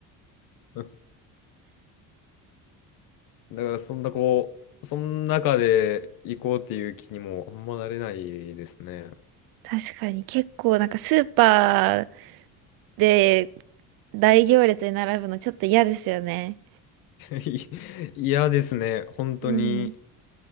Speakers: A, on the left (about 70°); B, on the right (about 75°).
A: <laughs> だからそんなこう、<laughs> その中で行こうっていう気にもあんまなれないですね。
B: 確かに、結構なんかスーパーで大行列に並ぶのちょっと嫌ですよね。
A: <laughs> い嫌ですね、本当に。
B: うん。